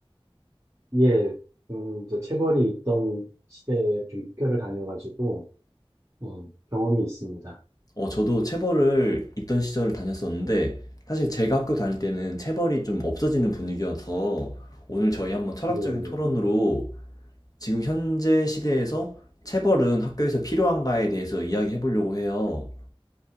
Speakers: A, on the right (about 30°); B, on the left (about 40°).
A: 예, 음, 이제 체벌이 있던 시대에 좀 학교를 다녀가지고, 어, 경험이 있습니다.
B: 어, 저도 체벌을 있던 시절을 다녔었는데 사실 제가 학교 다닐 때는 체벌이 좀 없어지는 분위기여서 오늘 저희 한번 철학적인
A: 예, 예.
B: 토론으로 지금 현재 시대에서 체벌은 학교에서 필요한가에 대해서 이야기해 보려고 해요.